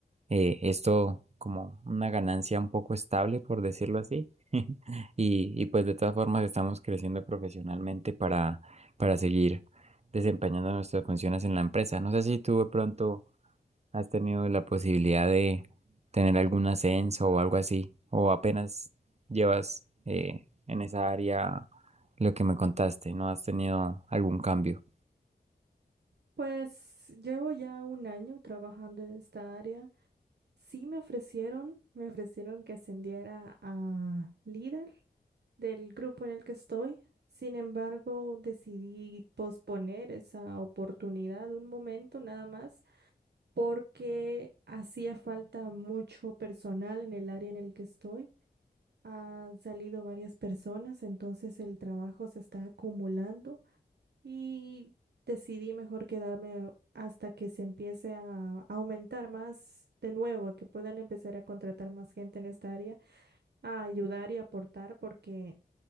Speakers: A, on the right; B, on the right.
A: eh, esto como una ganancia un poco estable, por decirlo así. <laughs> Y, y pues de todas formas estamos creciendo profesionalmente para, para seguir desempeñando nuestras funciones en la empresa. No sé si tú de pronto ¿Has tenido la posibilidad de tener algún ascenso o algo así? ¿O apenas llevas eh, en esa área lo que me contaste? ¿No has tenido algún cambio?
B: Pues llevo ya un año trabajando en esta área. Sí me ofrecieron, me ofrecieron que ascendiera a líder. del grupo en el que estoy. Sin embargo, decidí posponer esa oportunidad un momento nada más porque hacía falta mucho personal en el área en el que estoy. Han salido varias personas, entonces el trabajo se está acumulando y decidí mejor quedarme hasta que se empiece a aumentar más de nuevo, que puedan empezar a contratar más gente en esta área, a ayudar y aportar porque